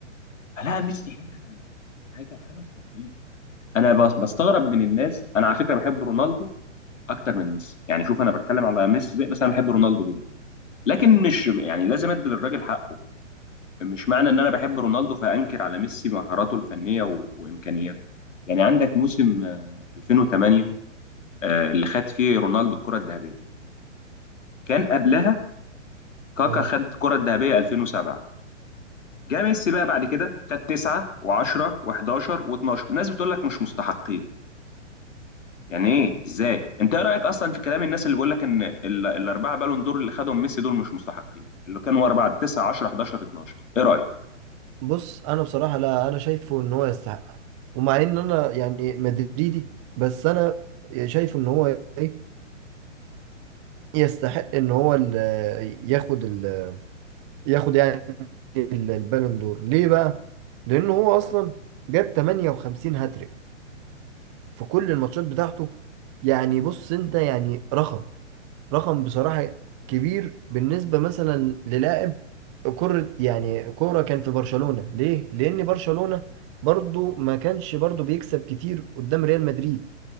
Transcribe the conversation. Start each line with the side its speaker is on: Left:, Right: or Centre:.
Left: فلا ميسي حاجة حاجة حاجة خرافية انا بس- بستغرب من الناس انا على فكرة بحب رونالدو اكتر من ميسي يعني شوف انا بتكلم على ميسي زي بس انا بحب رونالدو جدا لكن مش يعني لازم ادي للراجل حقه مش معنى ان انا بحب رونالدو فانكر على ميسي مهاراته الفنيه و... وامكانياته يعني عندك موسم آه، 2008 آه، اللي خد فيه رونالدو الكره الذهبيه كان قبلها كاكا
Right: اه
Left: خد الكره الذهبيه 2007 جه ميسي بقى بعد كده خد 9 و10 و11 و12 الناس بتقول لك مش مستحقين يعني ايه ازاي انت ايه رايك اصلا في كلام الناس اللي بيقول لك ان ال- الاربعه بالون دور اللي خدهم ميسي دول مش مستحقين اللي كانوا ورا بعض 9 10 11 12 ايه رايك
Right: بص انا بصراحة لا انا شايفه ان هو يستحق ومع ان انا يعني مدريدي بس انا شايفه ان هو ايه يستحق ان هو ال- ياخد ال ياخد يعني ال- البالون دور ليه بقى لانه هو اصلا جاب 58 هاتريك في كل الماتشات بتاعته يعني بص انت يعني رقم رقم بصراحة كبير بالنسبة مثلا للاعب كرة يعني كورة كان في برشلونة ليه؟ لأن برشلونة برضو ما كانش برضو بيكسب كتير قدام ريال مدريد